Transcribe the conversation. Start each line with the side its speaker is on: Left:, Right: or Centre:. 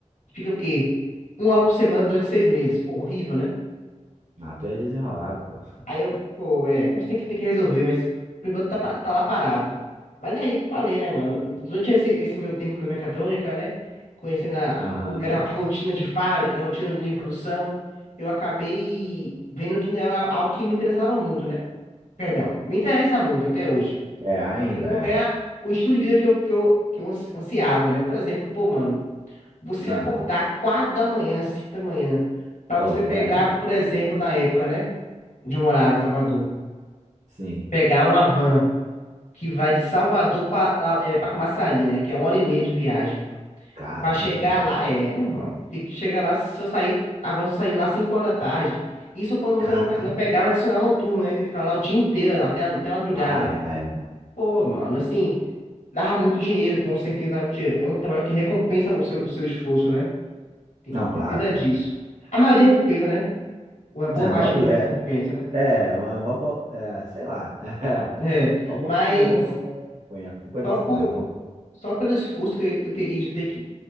Left: Fica o quê? Um aula por semana durante seis meses. Pô, horrível, né?
Right: Ah, tu é desenrolado, pô.
Left: Aí eu, pô, é, mas tem que, tem que resolver, mas por enquanto tá, pa- tá lá parado. Mas aí que eu falei, né, mano? Durante esse, esse meu tempo na mecatrônica, né? Conhecendo a,
Right: Aham.
Left: a- como era a rotina de fábrica, a rotina de produção, eu acabei vendo que não era algo que me interessava muito, né? Perdão, me interessa muito até hoje.
Right: É, ainda
Left: Só que não
Right: é.
Left: é a- o estilo de vida que eu, que eu, que eu ansi- ansiava, né? Por exemplo, pô, mano. Você
Right: Ah.
Left: acordar 4 da manhã, 5 da manhã, para
Right: Ô,
Left: você
Right: qual
Left: pegar,
Right: é, mano?
Left: por exemplo, na época, né? Onde eu morava, em Salvador.
Right: Sim.
Left: Pegar uma van que vai de Salvador para é, para Camaçari, né? Que é uma hora e meia de viagem.
Right: Caramba,
Left: Para chegar
Right: mano.
Left: lá, é, meu irmão. Fica- Chega lá, se eu sair, a sair lá 5 horas da tarde. Isso quando você
Right: Caraca.
Left: não, pe- não pegava adicional noturno, né? Você ficava lá o dia inteiro, até, a- até a madrugada.
Right: Ah, é, é.
Left: Pô, mano, assim, dava muito dinheiro, com certeza dava muito dinheiro. É um trabalho que recompensa o seu, o seu esforço, né? Tenho
Right: Não, claro,
Left: certeza
Right: pô.
Left: disso. A maioria recompensa, né? Uma boa
Right: É, a
Left: parte
Right: maioria.
Left: que não recompensa, né?
Right: É, é uma boa. boa- É, sei lá. <laughs>
Left: É,
Right: Vamos
Left: mas
Right: botar aí, vamos botar aí 50, 50,
Left: só
Right: a 50.
Left: por,
Right: Vamos.
Left: só pelo esforço que eu, que eu teria de ter que.